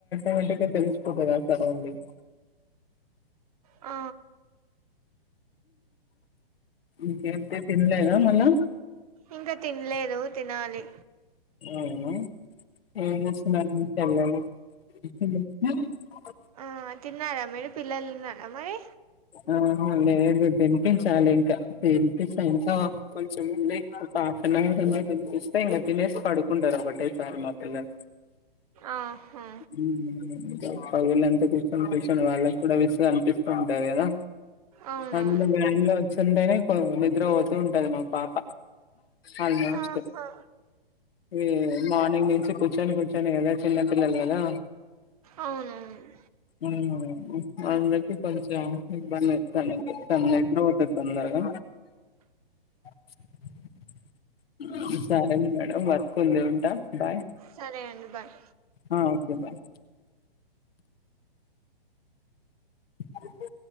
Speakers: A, on the left (about 70°); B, on the right (about 40°).
A: ఏమంటిదే తెలిసిపోతు క సరౌండింగ్
B: ఆ
A: ఇంకేంటి తినలేదా మళ్లా
B: ఇంక తినలేదు తినాలి
A: అవునా ఏం చేస్తున్నారండి పిల్లలు ఉ అ
B: ఆ తిన్నారా మీరు. పిల్లలు తిన్నారా మరి?
A: ఆ అవునులే మీరు తినిపించాలి ఇంక తినిపించ ఎంకా కొంచెం ఉంది పాప ఇందాక నుంచి తినిపిస్తే ఇంగ తినేసి పడుకుంటారు ఒకటే సారి మా పిల్లలు
B: ఆహా
A: ఉమ్ పగళ్లంతా కూర్చొని కూచని వాళ్ళకి కూడా విసుగా అనిపిస్తూ ఉంటాది కదా
B: అవునవును
A: అందులో వేను లో వచ్చింటేనే నిద్ర పోతూ ఉంటది మా పాప. ఆల్మోస్ట్
B: ఆహా
A: వీ మార్నింగ్ నుంచి కూర్చని కూర్చని కదా చిన్నపిల్లలు కదా
B: అవునవును
A: మ్ అవును అందకి కొంచెం ఇబ్బంది అయితాంది తన లైఫ్ లో తెస్తా తొందరగా <inaudible> సరేలే మేడం వర్క్ ఉంది ఉంటా బాయ్
B: సరే అండి బాయ్
A: అ ఓకే బాయ్ ఆహు